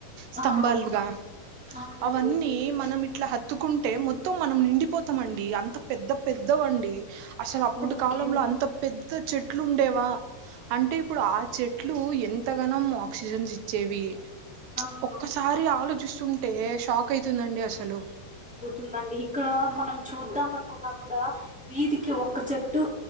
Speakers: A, in the centre; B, on the right.
A: ఆ
B: స్తంభలుగా
A: అవునండి
B: అవన్నీ మనం ఇట్లా ఎత్తుకుంటే మొత్తం మనం నిండిపోతామండి అంత పెద్ద పెద్దవండి అసలు అప్పటి
A: ఓకే
B: కాలంలో అంత పెద్ద చెట్లు ఉండేవా అంటే ఇప్పుడు ఆ చెట్లు ఎంతగనం ఆక్సిజన్స్ ఇచ్చేవి
A: ఆ
B: ఒక్కసారి ఆలోచిస్తుంటే షాక్ అయితుందండి అసలు
A: ఉందండి ఇక్కడ మనం చూద్దాం అనుకున్నా కూడా వీధికి ఒక్క చెట్టు